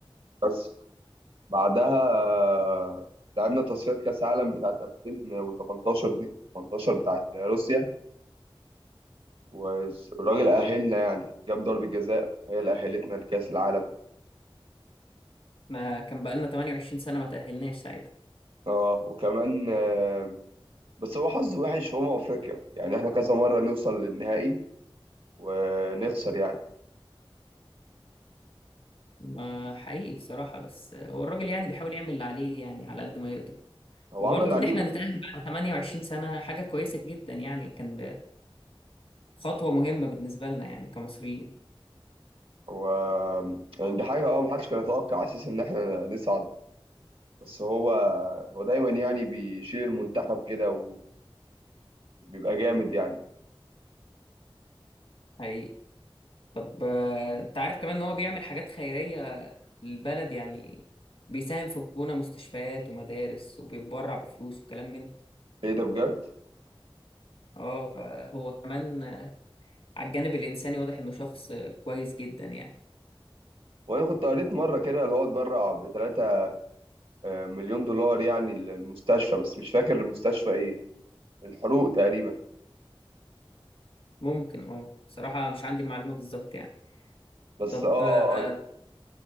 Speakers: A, on the right; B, on the left.
A: بس بعدها آه، لعبنا تصفيات كاس عالم بتاعت 2018 دي 18 بتاعت روسيا والراجل اهلنا يعني جاب ضربة جزاء هي اللي اهلتنا لكاس العالم
B: ما كان بقالنا 28 سنة ما تأهلناش ساعتها
A: اه وكمان آه، بس هو حظ وحش في امم افريقيا يعني احنا كذا مرة نوصل للنهائي ونخسر يعني
B: ما حقيقي بصراحة بس هو الراجل يعني بيحاول يعمل اللي عليه يعني على قد ما يقدر
A: هو
B: وبرضه
A: عمل اللي عليه
B: إن إحنا نتأهل بعد 28 سنة حاجة كويسة جدا يعني كان ب- خطوة مهمة بالنسبة لنا يعني كمصريين
A: هو يعني دي حاجة اه محدش كان يتوقع اساسا ان احنا نصعد بس هو هو دايما يعني بيشيل المنتخب كده و- وبيبقى جامد يعني
B: حقيقي طب آه، أنت عارف كمان إن هو بيعمل حاجات خيرية للبلد يعني بيساهم في بناء مستشفيات ومدارس وبيتبرع بفلوس وكلام من ده.
A: ايه ده بجد
B: اه آه، هو كمان آه، على الجانب الإنساني واضح إنه شخص آه، كويس جدا يعني
A: وانا كنت قريت مره كده اللي هو اتبرع ب 3 مليون دولار يعني للمستشفى بس مش فاكر المستشفى ايه الحروق تقريبا
B: ممكن اه بصراحة مش عندي معلومة بالظبط يعني
A: بس
B: طب
A: اه
B: آه،
A: قر-